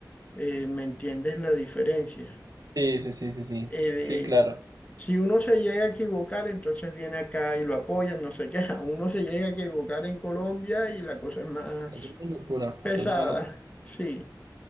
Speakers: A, on the left; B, on the right.
A: eh, ¿me entiendes la diferencia?
B: Sí, sí, sí, sí, sí,
A: Eh, de-
B: sí, claro.
A: si uno se llega a equivocar, entonces viene acá y lo apoyan, no sé qué. <laughs> Uno se llega a equivocar en Colombia y la cosa es más
B: Es una locura,
A: pesada.
B: acá es una locura.
A: Sí,